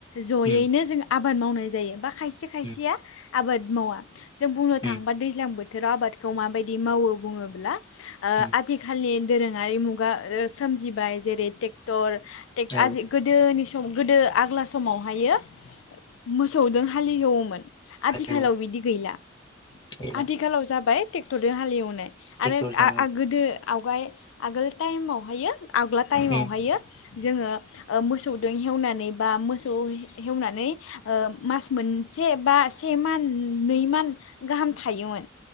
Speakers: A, on the left; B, on the left.
A: ज'यैनो
B: उम
A: जों आब आबाद मावनाय जायो बा खायसे खायसेया
B: उम
A: आबाद मावा जों बुंनो थाङोबा
B: उम
A: दैज्लां बोथोर बोथोराव आबादखौ माबायदि मावो बुङोब्ला ओ
B: उम
A: आथिखालनि दोरोङारि मुगा ओ सोमजिबाय जेरै ट्रेक्टर टेक
B: औ
A: आजि गोदोनि सम गोदो आग्ला समावहायो मोसौजों हालेवोमोन आथिखालाव
B: हालेव
A: बिदि गैला
B: गैला
A: आथिखालाव जाबाय ट्रेक्टरजों हाले एवनाय
B: ट्रेक्टरजों
A: आरो आ- आ गोदो आवगाय आगोल टाइमावहायो आग्ला टाइमावहायो
B: उम
A: जोङो ओ मोसौजों हेवनानै बा मोसौ हेवनानै मास मोनसे बा से मान नै मान गाहाम थायोमोन